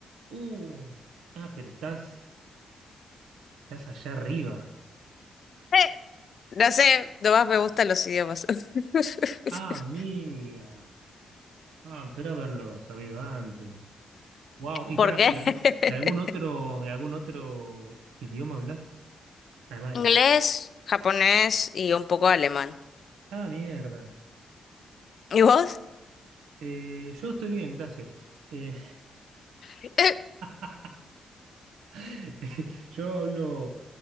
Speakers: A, on the right (about 80°); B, on the left (about 60°).
A: Uh, ah, pero estás, estás allá arriba.
B: Eh, no sé, nomás me gustan los idiomas. <laughs>
A: Ah, amiga. Ah, pero haberlo sabido antes. Wow, y
B: ¿Por
A: para,
B: qué?
A: ¿y, al-
B: <laughs>
A: y algún otro, y algún otro idioma hablas? Además
B: Inglés,
A: de-
B: japonés y un poco de alemán.
A: Ah, mierda.
B: ¿Y vos?
A: Eh, yo estoy bien, gracias. Eh,
B: <laughs> Eh,
A: <laughs> <laughs> Yo hablo